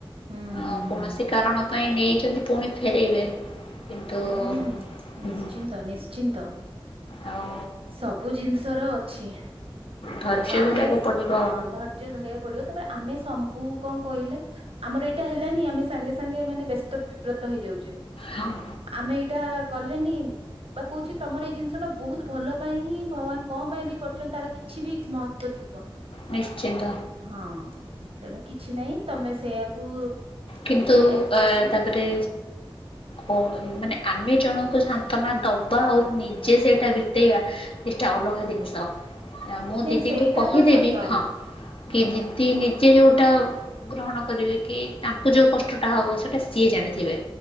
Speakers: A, on the right; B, on the left.
A: ହୁଁ ହୁଁ
B: ଆଉ କୌଣସି
A: ହୁଁ
B: କାରଣ ପାଇଁ ନେଇଛନ୍ତି ପୁଣି ଫେରେଇବେ। କିନ୍ତୁ
A: ହୁଁ
B: ହୁଁ
A: ନିଶ୍ଚିନ୍ତ-ନିଶ୍ଚିନ୍ତ
B: ହୁଁ। ଆଉ
A: ସବୁ ଜିନିଷର ଦେଖ
B: ଧୈର୍ଯ୍ୟ
A: ଆମେ
B: ଧରିବାକୁ ପଡିବ
A: ହଁ ଧର୍ଯ୍ୟ ଧରିବାକୁ ପଡିବ ତାପରେ ଆମେ ସଂପୁ କହିଲେ ଆମର ଏଇଟା ହେଲାନି ଆମେ ସାଙ୍ଗେ-ସାଙ୍ଗେ ମାନେ ବ୍ୟସ୍ତ ବିବ୍ରତ ହେଇଯାଉଛେ।
B: ହଁ।
A: ଆମେ ଏଇଟା କଲେନି ବା କହୁଛି ତମର ଏଇ ଜିନିଷ ଟା ବହୁତ ଭଲ ପାଇଁ ହିଁ ଭଗବାନ କଣ ପାଇଁ ବି କରି ତାର କିଛି ବି ମହତ୍ଵ ଥିବ
B: ନିଶ୍ଚିନ୍ତ।
A: ହଁ ତେଣୁ କିଛି ନାଇଁ ତମେ ସେଇଆକୁ
B: କିନ୍ତୁ
A: ଟିକେ ଏ-
B: ଅ ତାପରେ ଓ ମାନେ ଆମେ ଜଣଙ୍କୁ ସାନ୍ତନା ଦବା ଆଉ ନିଜେ ସେଇଟା ବିତେଇବା ଦୁଇଟା
A: ହୁଁ
B: ଅଲଗା ଜିନିଷ ମୁଁ
A: ନାଇଁ
B: ଦିଦିଙ୍କୁ
A: ସେଇଟା
B: କହିଦେବି
A: ତ ସତ
B: ହଁ।
A: ହୁଁ
B: କି ଦି ତିନ୍ ଦିନ। ସି ଯୋଉଟା ଗ୍ରହଣ କରିବେ କି ତାଙ୍କୁ ଯୋଉ କଷ୍ଟଟା ହବ ସେଇଟା ସିଏ ଜାଣିଥିବେ।